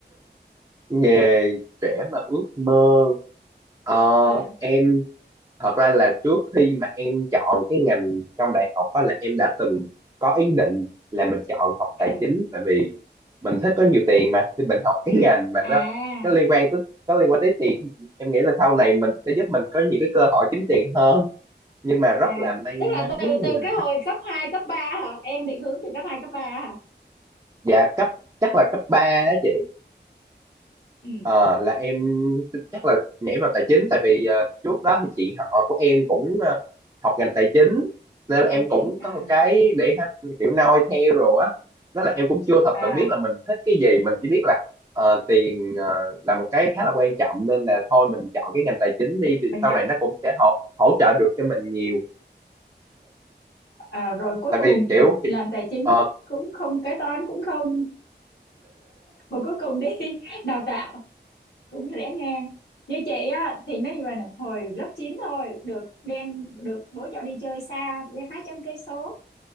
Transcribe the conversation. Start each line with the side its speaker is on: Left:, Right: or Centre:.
Right: nghề trẻ mà ước mơ Ờ,
Left: ờ
Right: em thật ra là trước khi mà em chọn cái ngành trong đại học đó là em đã từng có ý định là mình chọn học
Left: ờ
Right: tài chính tại vì mình thích có nhiều tiền mà thì mình học cái <laughs> ngành mà
Left: à
Right: nó nó liên quan tới nó liên quan tới tiền thì em nghĩ là sau này mình sẽ giúp mình có nhiều cái cơ hội kiếm tiền hơn nhưng mà rất
Left: À,
Right: là may
Left: tức
Right: mắn
Left: là từ từ
Right: là
Left: cái hồi cấp 2 cấp 3 hả? Em định hướng từ cấp 2 cấp ba hả?
Right: dạ cấp chắc là cấp 3 á chị
Left: Ừ,
Right: Ờ, là em chắc là nhảy vào tài chính tại vì ờ, trước đó thì chị họ của em cũng ờ, học ngành tài chính nên là
Left: tài
Right: em
Left: chính
Right: cũng
Left: à
Right: có một cái để ha- kiểu noi theo rồi á đó là em cũng chưa thật
Left: à
Right: sự biết là mình thích cái gì mình chỉ biết là ờ, tiền ờ, là một cái khá là quan trọng nên là thôi mình chọn cái ngành tài chính đi thì
Left: bên
Right: sau
Left: cạnh
Right: này nó cũng sẽ hỗ, hỗ trợ được cho mình nhiều
Left: à, rồi cuối
Right: tại
Left: cùng
Right: vì kiểu,
Left: kịch làm
Right: kiểu
Left: tài chính
Right: ờ,
Left: cũng không kế toán cũng không mà cuối cùng đi <laughs> đào tạo cũng rẽ ngang. Như chị á thì nó như vậy nè, hồi lớp 9 thôi được đem được bố cho đi chơi xa đi 200 cây số.